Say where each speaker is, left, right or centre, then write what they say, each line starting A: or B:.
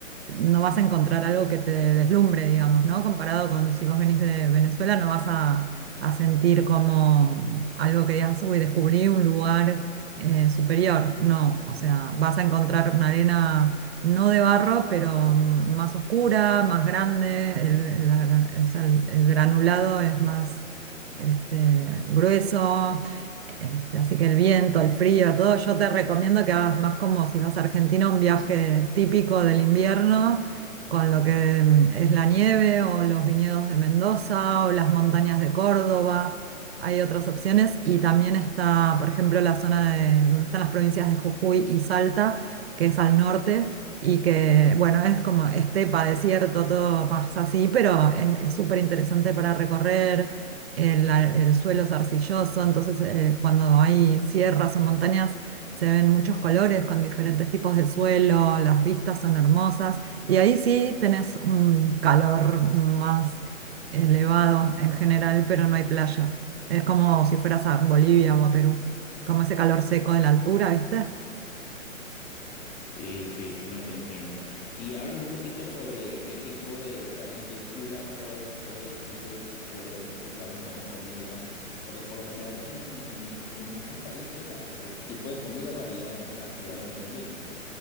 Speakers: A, on the right (about 50°); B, on the left (about 20°).
A: no vas a encontrar algo que te deslumbre, digamos, ¿no? Comparado con si vos venís de Venezuela, no vas a, a sentir como mm, algo que digas, uy, descubrí un lugar eh, superior. No, o sea, vas a encontrar una arena no de barro, pero mm, más oscura, más grande, el, el- la gra- o sea, el- el granulado es más este, grueso, este, así que el viento, el frío, todo, yo te recomiendo que hagas más como si vas a Argentina, un viaje típico del invierno, con lo que mm, es la nieve o los viñedos de Mendoza o las montañas de Córdoba. Hay otras opciones y también está, por ejemplo, la zona de donde están las provincias de Jujuy y Salta, que es al norte y que, bueno, es como estepa, desierto, todo más así, pero es súper interesante para recorrer el, la- el suelo es arcilloso, entonces eh, cuando hay sierras o montañas se ven muchos colores con diferentes tipos de suelo, las vistas son hermosas y ahí sí tenés un calor más elevado en general, pero no hay playa. Es como si fueras a Bolivia o a Perú, como ese calor seco de la altura, ¿viste?
B: Sí, sí, sí, no te entiendo. Y háblame un poquito sobre qué tipo de, o sea, en qué ciudad puedo, puedo decir que podré disfrutar una mejor comida, porque por lo general en, en, en muchos países la- el tipo de comida varía en la ciudad donde uno llegue.